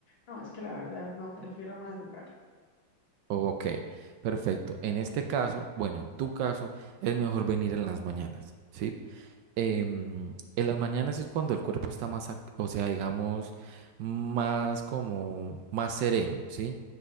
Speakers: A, on the left (about 70°); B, on the right (about 75°).
A: No, es que la verdad no, prefiero madrugar.
B: ok, perfecto. En este caso, bueno, en tu caso, es mejor venir en las mañanas, ¿sí? em, en las mañanas es cuando el cuerpo está más, ac- o sea, digamos, más como, más sereno, ¿sí?